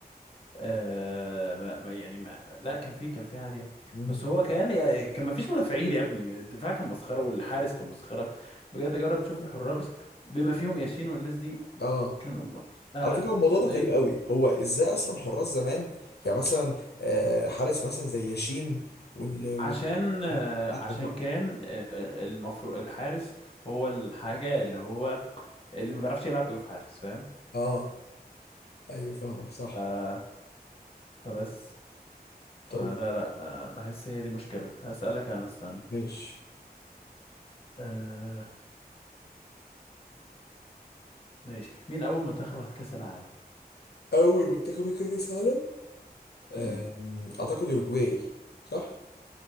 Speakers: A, on the left; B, on the left.
A: آه ما ما- يعني ما لا كان في كان في عادي يا ابني
B: مم.
A: بس هو كان كان ما فيش مدافعين يا ابني الدفاع كان مسخره والحارس كان مسخره بجد جرب تشوف الحراس بما فيهم ياسين والناس دي
B: اه
A: كانوا م- لا
B: على
A: لا
B: فكره الموضوع
A: الدنيا
B: ده غريب
A: كانت-
B: قوي هو ازاي اصلا حراس زمان يعني مثلا آه، حارس مثلا زي ياشين وال وال
A: عشان آه، عشان
B: لا، هم-
A: كان المفروض الحارس هو الحاجه اللي هو اللي ما بيعرفش يلعب بيقف حارس فاهم
B: اه ايوه فاهمك صح
A: ف فبس فلا
B: طيب
A: لا آه، بحس هي دي مشكلة هسألك أنا استنى
B: ماشي
A: أه ماشي مين أول منتخب خد كأس العالم؟
B: اول منتخب كان كاس عالم
A: مم.
B: آم، اعتقد اوروجواي صح